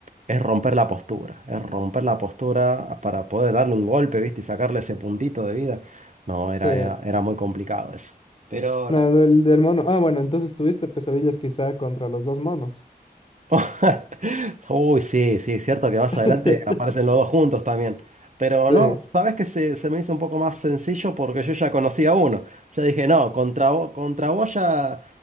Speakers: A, on the right (about 50°); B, on the left (about 35°).
A: es romper la postura, es romper la postura para poder darle un golpe, ¿viste? Y sacarle ese puntito de vida. No, era,
B: sí.
A: era, era muy complicado eso. Pero ahora...
B: No, del, del mono. Ah, bueno, entonces tuviste pesadillas quizá contra los dos monos.
A: <laughs> Uy, sí, sí, es cierto que más
B: <laughs>
A: adelante aparecen los dos juntos también. Pero
B: Sí,
A: no, sabes que se, se me hizo un poco más sencillo porque yo ya conocía a uno. Yo dije, no, contra vos, contra vos ya,